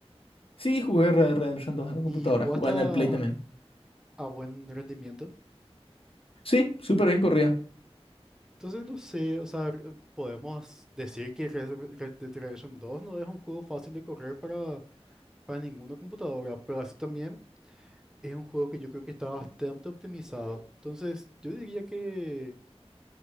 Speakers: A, on the left (about 60°); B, in the centre.
A: Sí, jugué Red Dead Redemption dos en mi
B: y
A: computadora,
B: jugaste
A: jugué en
B: a,
A: el Play también.
B: a buen rendimiento.
A: Sí, súper bien corría.
B: Entonces no sé, o sea, r- podemos decir que Red Dead Red Dead Redemption 2 no es un juego fácil de correr para, para ninguna computadora, pero así también es un juego que yo creo que está bastante optimizado. Entonces yo diría que,